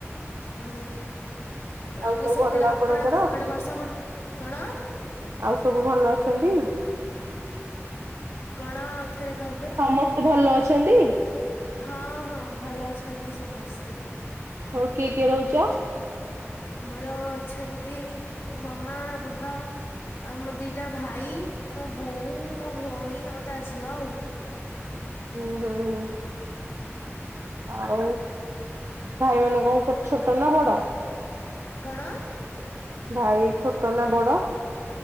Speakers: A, on the left (about 55°); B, on the right (about 65°).
A: ଓ ଆଉ
B: ସବୁ
A: ସେପଟେ
B: ଭଲ
A: ଆପଣଙ୍କ
B: ଆପଣଙ୍କର?
A: ସେପଟେ ବର୍ଷା କଣ
B: ଆଉ ସବୁ ଭଲ ଅଛନ୍ତି।
A: କଣ ଥରେ କହିବେ
B: ସମସ୍ତେ ଭଲ ଅଛନ୍ତି?
A: ହଁ ହଁ ଭଲ ଅଛନ୍ତି ସମସ୍ତେ
B: ହଉ କିଏ କିଏ ରହୁଛ।
A: ଆମର ଅଛନ୍ତି ମୋ ମାମା ବାବା ଆଉ ମୋ ଦିଟା ଭାଇ ମୋ ବୋଉ ମୋ ଭଉଣୀ ଆଉ ତା ଝିଅ ଆଉ
B: ହୁଁ ହୁଁ ହୁଁ ଆଉ ଭାଇମାନେ କଣ କର ଛୋଟ ନା ବଡ
A: କଣ
B: ଭାଇ ଛୋଟ ନା ବଡ